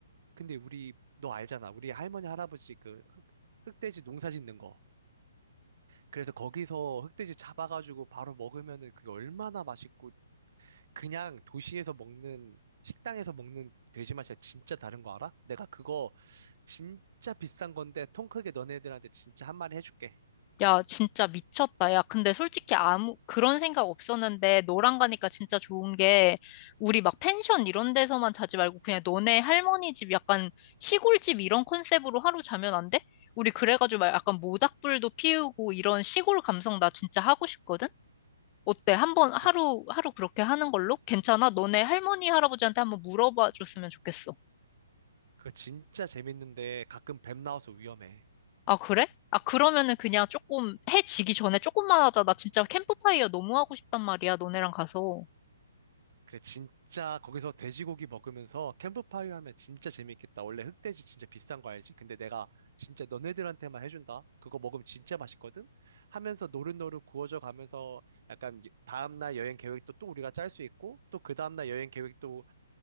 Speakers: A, on the right (about 55°); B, on the left (about 25°).
A: 근데 우리, 너 알잖아. 우리 할머니, 할아버지 그 흑, 흑돼지 농사 짓는 거. 그래서 거기서 흑돼지 잡아가지고 바로 먹으면은 그게 얼마나 맛있고 그냥 도시에서 먹는, 식당에서 먹는 돼지 맛이랑 진짜 다른 거 알아? 내가 그거 진짜 비싼 건데 통 크게 너네들한테 진짜 한 마리 해줄게.
B: 야, 진짜 미쳤다. 야, 근데 솔직히 아무, 그런 생각 없었는데, 너랑 가니까 진짜 좋은 게, 우리 막 펜션 이런 데서만 자지 말고, 그냥 너네 할머니 집 약간 시골집 이런 컨셉으로 하루 자면 안 돼? 우리 그래가지고 막 약간 모닥불도 피우고 이런 시골 감성 나 진짜 하고 싶거든? 어때? 한번 하루,
A: 그
B: 하루 그렇게 하는 걸로? 괜찮아? 너네 할머니, 할아버지한테 한번 물어봐 줬으면 좋겠어.
A: 그거 진짜 재밌는데 가끔 뱀 나와서 위험해.
B: 아, 그래? 아, 그러면은 그냥 조금 해 지기 전에 조금만 하자. 나 진짜 캠프파이어 너무 하고 싶단 말이야, 너네랑 가서.
A: 그래, 진짜 거기서 돼지고기 먹으면서 캠프파이어 하면 진짜 재밌겠다. 원래 흑돼지 진짜 비싼 거 알지? 근데 내가 진짜 너네들한테만 해준다. 그거 먹으면 진짜 맛있거든? 하면서 노릇노릇 구워져 가면서 약간 다음날 여행 계획도 또 우리가 짤 수 있고 또 그 다음날 여행 계획도